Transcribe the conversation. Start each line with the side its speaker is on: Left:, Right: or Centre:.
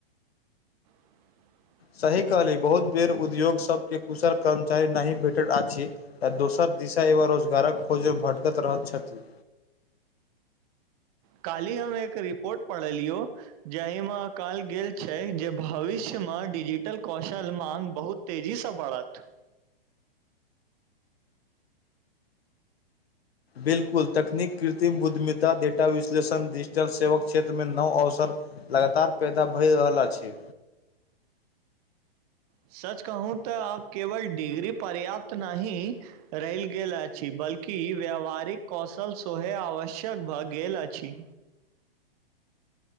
Right: <inaudible>
Left: सही कहली बहुत बेर उद्योग सबके कुशल कर्मचारी नाहि भेटल आछि त दोसर दिशा एवा रोजगारक खोज भटकत रहैत छथि
Right: काल्हि हम एक रिपोर्ट पढ़लियो जाहि मे कहल गेल छै जे भविष्य म डिजिटल कौशल मांग बहुत तेजी सँ बढ़त
Left: बिलकुल तकनीक कृत्रिम बुद्धिमिता डेटा विश्लेषण डिजिटल सेवक क्षेत्रमे नव अवसर लगातार पैदा भए रहल अछि
Right: सच कहूँ त अब केवल डिग्री पर्याप्त नाहीं रैईल गेल अछि बल्कि व्यावहारिक कौशल सोहे आवश्यक भ गेले अछि